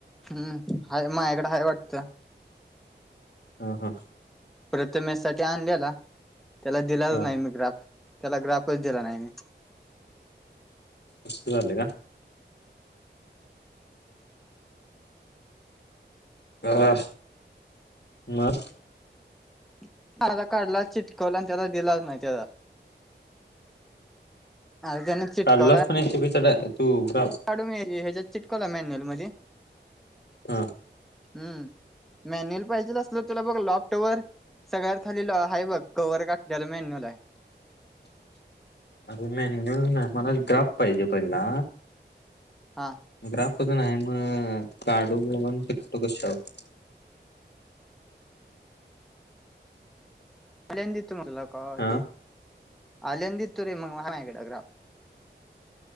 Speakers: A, in the centre; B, on the left.
A: हम्म हा मायाकडं हाय वाटतं.
B: ह हा
A: प्रथमेश साठी आणलेला त्याला दिलाच
B: हा
A: नाही मी ग्राफ त्याला ग्राफच दिला नाय मी
B: अस्त झालय का? <inaudible> हा म
A: म आता काढला चिटकवला आणि त्याजा दिला नाय त्याला अर्ध्यानी चिटकवलाय
B: काढलाच पण एस टी पी चा तू ग्राफ
A: काढू मी ह्याच्यात चिटकवला मॅन्युअल मध्ये
B: हा
A: हम्म मॅन्युअल पाहिजेच असलं तुला बघ लॉपटॉवर सगळ्याथ खाली हाय बघ कव्हर घातल्याल मेन्यूअल हाय.
B: <inaudible> अरे मॅन्युअल नाय मला ग्राफ पाहिजे पहिला
A: हा
B: ग्राफ <unintelligible> कतो कशावर
A: आल्यांन देतो म्हणला का
B: हा
A: हे आल्यान देतू रे म्हणला हाय माझाकड ग्राफ